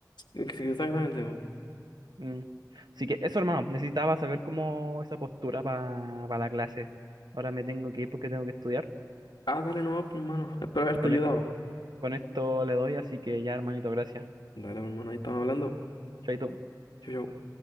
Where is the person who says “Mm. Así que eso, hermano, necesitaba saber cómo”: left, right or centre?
Right